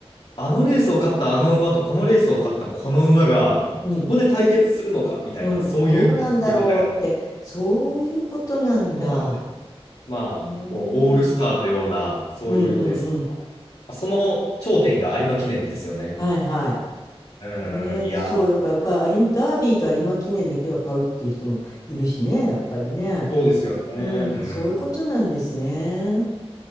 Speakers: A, on the left; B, on the left.
A: あのレースを勝ったあの馬とこのレースを勝ったこの馬が、
B: うん。
A: ここで対決するのかみたいな、
B: うん。
A: そういう楽しみ方が。
B: どうなんだろうって。そういうことなんだ。
A: そうなんです。まあ、
B: へえ。
A: こう、オールスターのような、そういうレースとか。
B: うんうんうん。
A: その頂点が有馬記念ですよね。
B: はいはい。
A: うん、
B: ねえ、
A: いやー、
B: でそう、だからやっぱり有馬、ダービーと有馬記念だけは買うっていう人もいるしね、やっぱりね。
A: そうですよね。
B: うん、
A: うん、
B: そういうことなんですね。